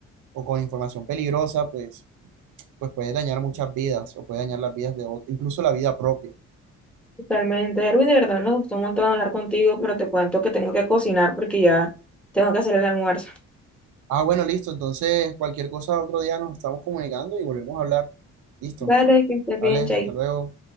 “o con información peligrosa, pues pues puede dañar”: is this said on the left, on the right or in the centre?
Right